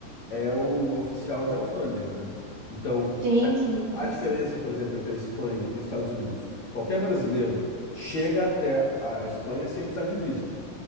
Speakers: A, on the left; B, on the right.
A: é o oficial de alfândega, né? Então,
B: Sim, sim, com
A: a
B: certeza.
A: diferença, por exemplo, entre a Espanha e os Estados Unidos, qualquer brasileiro chega até a Espanha sem precisar de visto.